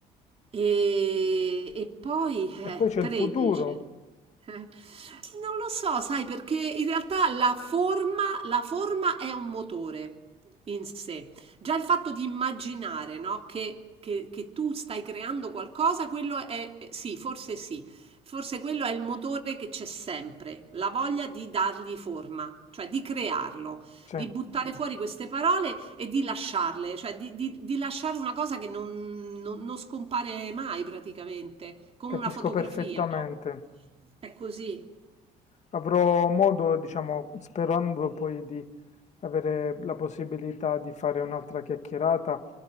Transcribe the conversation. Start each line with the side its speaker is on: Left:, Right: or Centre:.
Right: E, e poi eh,
Left: E poi c'è
Right: 13.
Left: il futuro,
Right: Eh, Non lo so, sai, perché in realtà la forma, la forma è un motore in sé. Già il fatto di immaginare, no, che, che- che tu stai creando qualcosa, quello è, eh, sì, forse sì, forse quello è il motore che c'è sempre, la voglia di dargli forma, cioè di crearlo,
Left: sì,
Right: di buttare Mm. fuori queste parole e di lasciarle, cioè di, di- di lasciare una cosa che non, non- non scompare mai praticamente, come
Left: capisco
Right: una fotografia,
Left: perfettamente.
Right: no? È così.
Left: Avrò modo, diciamo, sperando poi di avere la possibilità di fare un'altra chiacchierata,